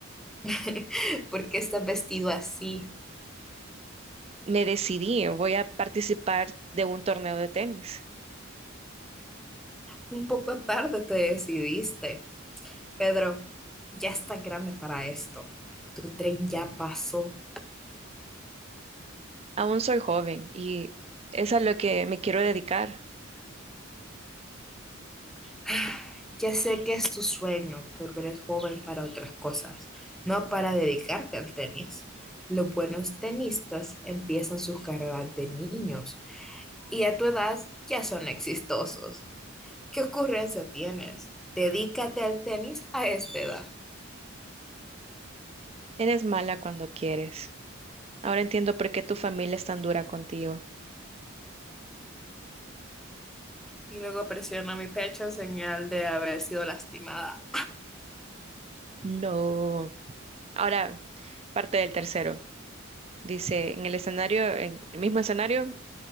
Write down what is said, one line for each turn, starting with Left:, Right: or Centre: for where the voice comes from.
Centre: <laughs> ¿Por qué estás vestido así?
Right: Me decidí, voy a participar de un torneo de tenis.
Centre: Un poco tarde te decidiste. Pedro, ya estás grande para esto. Tu tren ya pasó.
Right: Aún soy joven y es a lo que me quiero dedicar.
Centre: <sighs> Ya sé que es tu sueño, pero eres joven para otras cosas, no para dedicarte al tenis. Los buenos tenistas empiezan sus carreras de niños y a tu edad ya son exitosos. ¿Qué ocurrencia tienes? Dedícate al tenis a esta edad.
Right: Eres mala cuando quieres. Ahora entiendo por qué tu familia es tan dura contigo.
Centre: Y luego presionó mi pecho en señal de haber sido lastimada.
Right: No. Ahora, parte del tercero. Dice, en el escenario, en el mismo escenario,